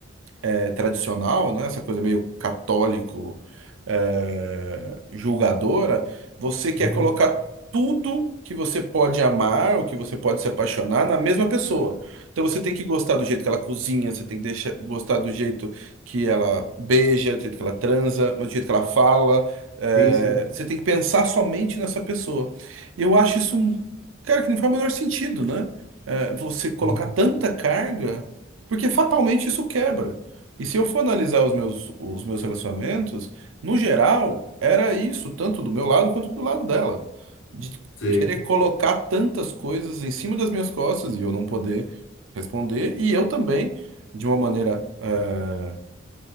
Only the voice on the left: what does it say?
uhum.
Sim, sim.
Uhum.
Sei.